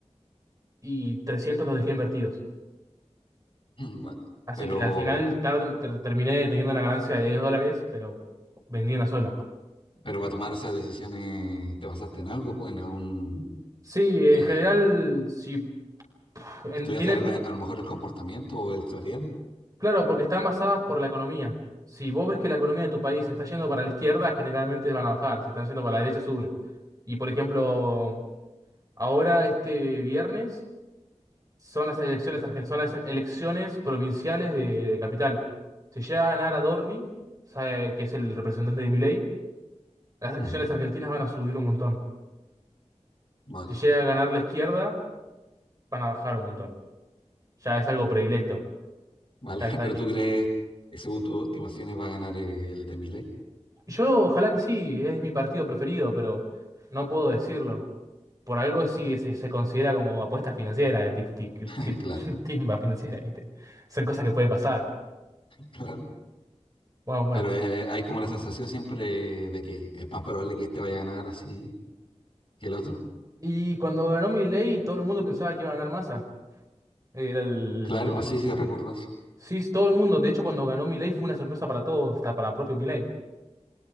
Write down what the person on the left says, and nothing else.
<clears throat> Bueno,
pero,
pero para tomar esas decisiones, ¿te basaste en algo? pues, ¿En algún,
eh,
estudiaste
a lo a lo mejor el comportamiento o el tutorial?
Ujú.
Vale.
Vale,
<laughs>
pero
tú crees, eh, según tus estimaciones, va a ganar eh, el de Milei.
<laughs>
Claro,
claro.
Pero eh, hay como la sensación siempre de que es más probable que este vaya a ganar así que el otro.
Claro, así sí recuerdas.